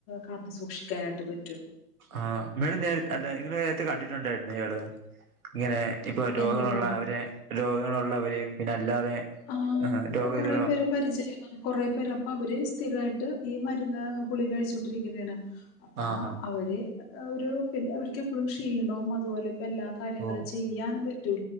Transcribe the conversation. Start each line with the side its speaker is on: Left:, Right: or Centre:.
Left: കാത്തു സൂക്ഷിക്കാനായിട്ട് പറ്റും
Right: ആഹ് മഡം നേര അല്ല ഇങ്ങൾ നേരത്തെ കണ്ടിട്ടുണ്ടായിരുന്നു ഇയാള് ഇങ്ങനെ ഇപ്പൊ രോഗങ്ങളുള്ള
Left: എന്തെന്നാ
Right: അവരെ രോഗങ്ങളുള്ളവരെയും പിന്നെ അല്ലാതെ
Left: ആഹ്
Right: രോഗം
Left: കൊറെ
Right: ഇതുവരെ
Left: പേരെ പരിചയംങ്ങൾ കുറെ പേർ അപ്പ അവര് സ്ഥിരായിട്ട് ഈ മരുന്ന് ഗുളിഗ കഴിച്ചൊണ്ടിരിക്കുന്നയാണ് അപ്പ
Right: ആഹാ
Left: അവര് ഒരു പിന്നെ അവർക്ക് എപ്പോഴും ക്ഷീണവും അതുപോലെ ഇപ്പ എല്ലാം കാര്യങ്ങൾ
Right: ഓ
Left: ചെയ്യാനും പറ്റൂല